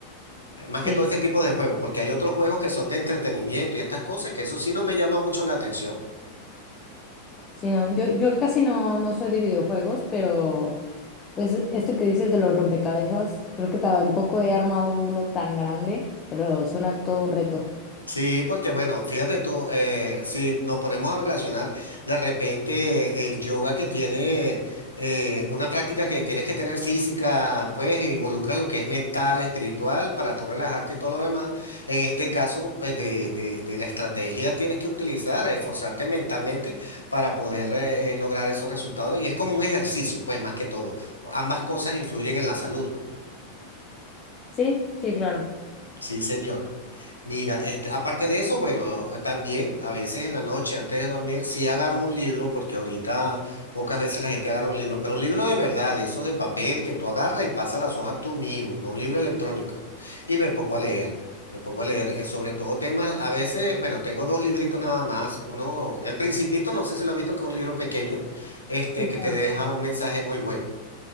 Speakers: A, on the left (about 80°); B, on the left (about 25°).
A: Eh, Más que
B: Sí.
A: todo este tipo de juegos, porque hay otros juegos que son de entretenimiento y estas cosas que eso sí no me llama mucho la atención.
B: Sí, no, yo, yo casi no, no soy de videojuegos, pero pues esto que dices de los rompecabezas, creo que tampoco he armado uno tan grande, pero suena todo un reto.
A: Sí, porque bueno, fíjate tú, eh, si nos ponemos a relacionar, de repente el yoga que tiene eh, una práctica que tienes que tener física, pues involucra lo que es mental, espiritual, para tú relajarte y todo lo demás. En este caso, pues, de, de- de la estrategia tienes que utilizar, esforzarte mentalmente para poder eh, eh, lograr esos resultados. Y es como un ejercicio, pues más que todo. Ambas cosas influyen en la salud, pues.
B: Sí, sí, claro.
A: Sí, señor. Mira, este, aparte de eso, bueno, ah, también a veces en la noche, antes de dormir, sí agarro un libro, porque ahorita pocas veces la gente agarra un libro, pero un libro de verdad, de esos de papel que tú agarras y pasas las hojas tú mismo, no un libro electrónico. Y me pongo a leer, me pongo a leer eh, sobre todo temas, a veces, bueno, tengo dos libritos nada más, uno, El Principito, no sé si lo has visto, que es un libro pequeño, este,
B: Sí,
A: que
B: claro.
A: te deja un mensaje muy bueno.